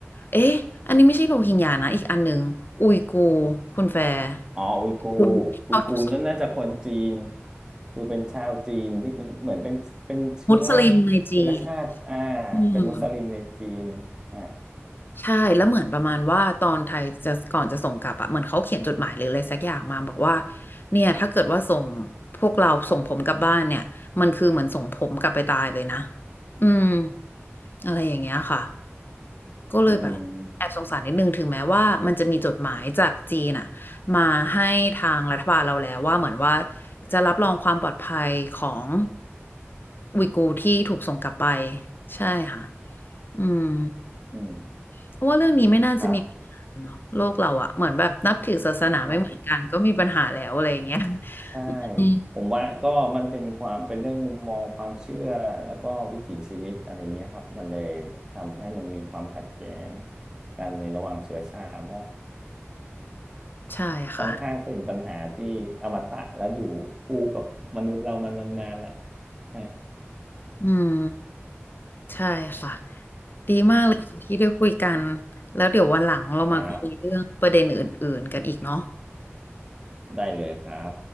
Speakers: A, on the left; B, on the right.
A: เอ๊ะอันนี้ไม่ใช่โรฮิงญานะอีกอันหนึ่งอุยกูร์คุณแฟร์
B: อ๋ออุยกูร์อุยกูร์นั่นน่าจะคนจีน
A: คือเขาถูกส
B: คือเป็นชาวจีนที่เป็นเหมือนเป็นเป็นเชื้อ
A: มุสลิมในจีน
B: เชื้อชาติอ่า
A: อืม
B: เป็นมุสลิมในจีนอ่ะ
A: ใช่แล้วเหมือนประมาณว่าตอนไทยจะก่อนจะส่งกลับอะเหมือนเขาเขียนจดหมายหรืออะไรสักอย่างมาบอกว่าเนี่ยถ้าเกิดว่าส่งพวกเราส่งผมกลับบ้านเนี่ยมันคือเหมือนส่งผมกลับไปตายเลยนะอืมอะไรอย่างเงี้ยค่ะก็เลยแบบแอบสงสารนิดนึงถึงแม้ว่ามันจะมีจดหมายจากจีนอะ
B: อืม
A: มาให้ทางรัฐบาลเราแล้วว่าเหมือนว่าจะรับรองความปลอดภัยของอุยกูร์ที่ถูกส่งกลับไปใช่ค่ะอืม
B: อืม
A: เพราะว่าเรื่องนี้ไม่น่าจะมีปัญหาเนาะโลกเราอะเหมือนแบบนับถือศาสนาไม่เหมือนกันก็มีปัญหาแล้วอะไรอย่างเงี้ย
B: ครับครับใช่
A: อืม
B: ผมว่าก็มันเป็นความเป็นเรื่องมุมมองความเชื่อแล้วก็วิถีชีวิตอะไรเงี้ยครับมันเลยทำให้มันมีความขัดแย้งกันในระหว่างเชื้อชาติเนาะ
A: ใช่ค่ะ
B: ค่อนข้างเป็นปัญหาที่อมตะและอยู่คู่กับมนุษย์เรามานมนานแล้วฮะ
A: อืมใช่ค่ะดีมากเลยค่ะที่ได้คุยกันแล้วเดี๋ยววันหลังเรามาคุยเรื่องประเด็นอื่นๆกันอีกเนาะ
B: ครับได้เลยครับ